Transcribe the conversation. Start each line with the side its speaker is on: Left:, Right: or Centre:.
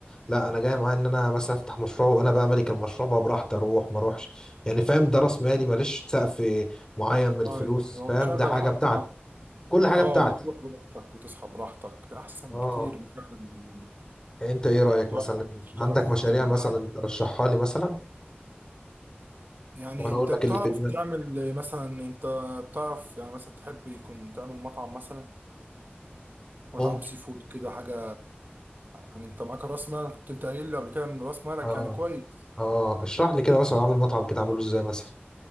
Left: لا انا جاي معايا ان انا مثلا افتح مشروع وانا بقى مالك المشروع بقى براحتي اروح ما اروحش يعني فاهم ده راس مالي ماليش سقف معين من الفلوس
Right: ايوه
Left: فاهم
Right: تشغل
Left: ده حاجه
Right: حد
Left: بتاعتي
Right: معاك
Left: كل حاجه
Right: اه
Left: بتاعتي
Right: وتروح براحتك وتصحى براحتك ده احسن
Left: اه
Right: بكتير من فعلا من
Left: انت ايه رأيك
Right: من تروح
Left: مثلا
Right: تشتغل
Left: عندك
Right: في
Left: مشاريع
Right: عند
Left: مثلا
Right: حد
Left: ترشحها لي مثلا
Right: يعني
Left: وانا
Right: انت
Left: اقول لك
Right: بتعرف
Left: اللي في دماغك
Right: تعمل مثلا انت بتعرف يعني مثلا تحب يكون تعمل مطعم مثلا مطعم
Left: ممكن
Right: سي فود كده حاجه يعني انت معاك راس مال كنت انت قايل لي قبل كده ان راس مالك
Left: اه
Right: يعني كويس
Left: اه اشرح لي كده مثلا اعمل مطعم كده اعمله ازاي مثلا